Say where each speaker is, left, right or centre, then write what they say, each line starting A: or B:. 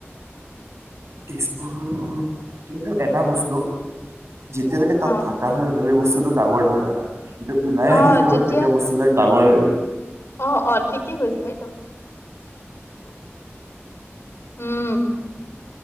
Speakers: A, on the right; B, on the left.
A: তেজপুৰখন কিন্তু এটা বস্তু যেতিয়ালৈকে
B: অ',
A: তাত থাকা হয় তেতিয়ালকে বস্তুটো ডাঙৰ নহয় যেতিয়া ওলাই
B: অ',
A: আহি যোৱা
B: যেতিয়া
A: হয় তেতিয়া বস্তুবিলাক ডাঙৰ হৈ যায়
B: অ অ ঠিকেই কৰিছে দিয়ক উম